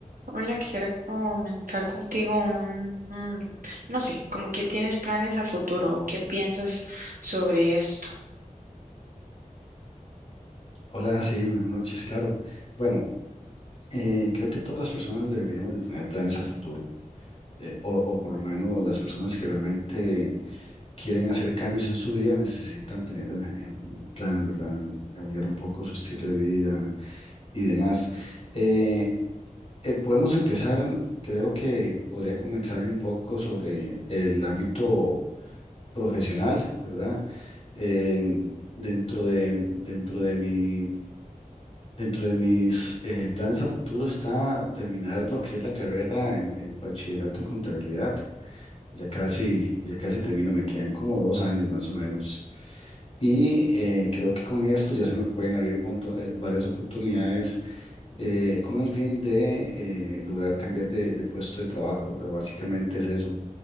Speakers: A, on the right (about 85°); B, on the left (about 50°).
A: Hola, quisiera comunicar contigo un, un- no sé, como que tienes planes a futuro o qué piensas sobre esto.
B: Hola, sí, buenas noches, claro. Bueno, eh, creo que todas las personas deberíamos de tener planes a futuro, eh, o, o por lo menos las personas que realmente quieren hacer cambios en su vida necesitan tener eh, un planes, ¿verdad? Cambiar un poco su estilo de vida y demás. Eh, eh, podemos empezar, creo que podría comentarle un poco sobre el ámbito profesional, ¿verdad? En- dentro de, dentro de mi Dentro de mis eh, planes a futuro está terminar lo que es la carrera en, en bachillerato en contabilidad. Ya casi, ya casi termino, me quedan como dos años más o menos. Y eh, creo que con esto ya se me pueden abrir un montón- eh, varias oportunidades eh, con el fin de eh, lograr cambiar de, de puesto de trabajo, ¿verdad? Básicamente es eso.